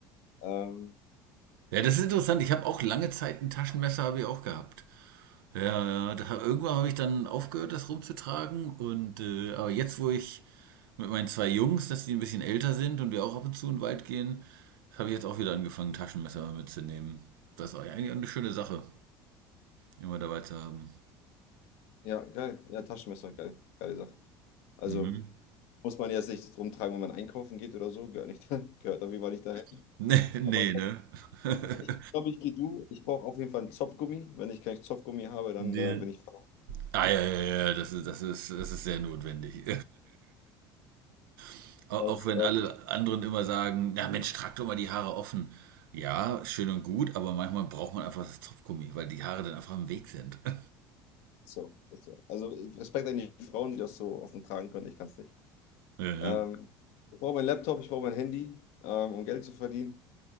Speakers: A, on the left; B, on the right.
A: Ähm,
B: Ja, das ist interessant. Ich habe auch lange Zeit ein Taschenmesser habe ich auch gehabt. Ja, ja, da, irgendwann habe ich dann aufgehört, das rumzutragen. Und äh, aber jetzt, wo ich mit meinen zwei Jungs, dass die ein bisschen älter sind und wir auch ab und zu in den Wald gehen, habe ich jetzt auch wieder angefangen, Taschenmesser mitzunehmen. Das ist eigentlich eine schöne Sache, immer dabei zu haben.
A: ja, geil. Ja, Taschenmesser, geil. Geile Sache. Also
B: Mhm.
A: muss man jetzt nicht rumtragen, wenn man einkaufen geht oder so, gehört nicht, <laughs> gehört auf jeden Fall nicht dahin.
B: <laughs> Nee, nee,
A: Aber
B: ne? <laughs>
A: ich glaube, ich gehe du. Ich brauche auf jeden Fall einen Zopfgummi. Wenn ich keinen Zopfgummi habe, dann
B: Nee.
A: äh, bin ich faul.
B: Ah, ja, ja, ja, das ist, das ist, das ist sehr notwendig. <laughs> Au- Auch
A: Das,
B: wenn
A: äh,
B: alle anderen immer sagen, na Mensch, trag doch mal die Haare offen. Ja, ist schön und gut, aber manchmal braucht man einfach das Zopfgummi, weil die Haare dann einfach im Weg sind. <laughs>
A: so, das, so. also Respekt an die Frauen, die das so offen tragen können. Ich kann es nicht.
B: Ja, ne?
A: Ähm, ich brauche meinen Laptop, ich brauche mein Handy, ähm, um Geld zu verdienen.